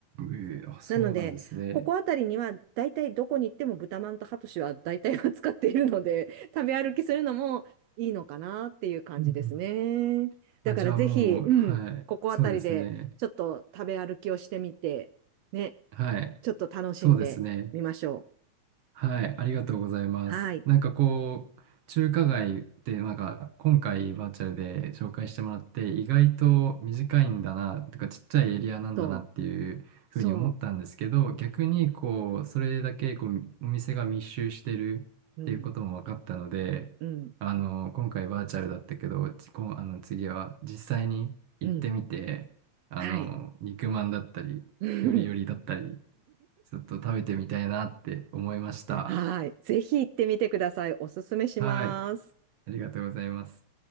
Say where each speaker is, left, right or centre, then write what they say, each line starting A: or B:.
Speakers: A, on the right; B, on the right.
A: ええ、あ、そうなんですね。
B: なので、ここあたりには、だいたいどこに行っても豚まんとハトシは大体は使っているので、<laughs> 食べ歩きするのもいいのかなっていう感じですね。
A: うんうん
B: だからぜひ、
A: あ、じゃあもう、
B: うん、
A: はい。
B: ここあたりでちょっと食べ歩きをしてみて、
A: そうですね。
B: ね、
A: はい。
B: ちょっと楽しんでみましょう。
A: そうですね。はい、ありがとうございます。
B: はい。
A: なんかこう、中華街ってなんか今回バーチャルで紹介してもらって意外と短いんだな、とかちっちゃいエリアなんだなっていうふうに思ったんですけど、
B: と、そ
A: 逆にこう、それだけこうお店が密集してるっていうことも分かったので、
B: う、うん、うん、
A: あの、今回バーチャルだったけど、こうあの次は実際に行ってみて、
B: うん、
A: あの、
B: はい。
A: 肉まんだったり、
B: <laughs>
A: よりよりだったり、ちょっと食べてみたいなって思いました。
B: はい。ぜひ行ってみてください。おすすめします。
A: はい。ありがとうございます。